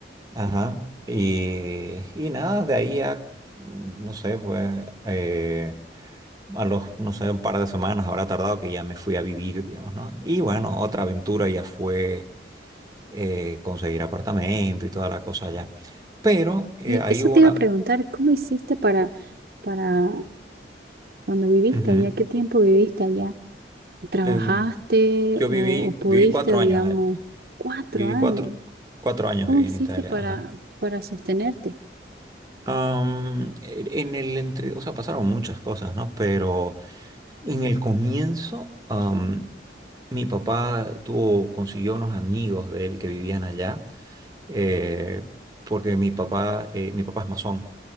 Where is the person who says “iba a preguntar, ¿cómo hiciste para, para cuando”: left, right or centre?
Right